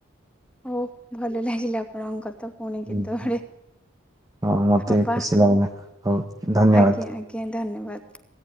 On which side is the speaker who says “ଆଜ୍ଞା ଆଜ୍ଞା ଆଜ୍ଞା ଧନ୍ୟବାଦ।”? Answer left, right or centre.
Centre